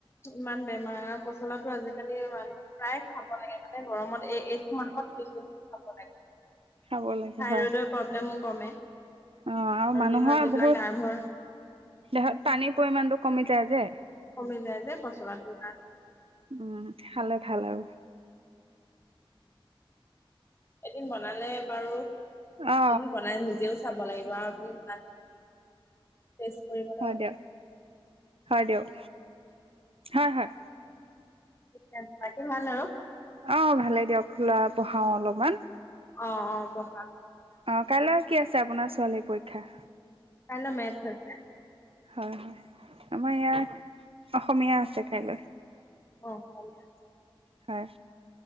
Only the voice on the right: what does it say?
খাব লাগে
হয়
অ' আৰু মানুহৰ
বহুত
দেহত পানীৰ পৰিমাণতো কমি যায় যে।
উম', খালে ভালেও
অ
হয় দিয়ক হয় দিয়ক হয়-হয়।
অ', ভালেই দিয়ক লৰা পঢ়াও অলপমান।
অ', কাইলে কি আছে আপোনাৰ ছো ছোৱালীৰ পৰীক্ষা?
হয়-হয় আমাৰ ইয়াৰ অসমীয়া আছে কাইলে।
হয়।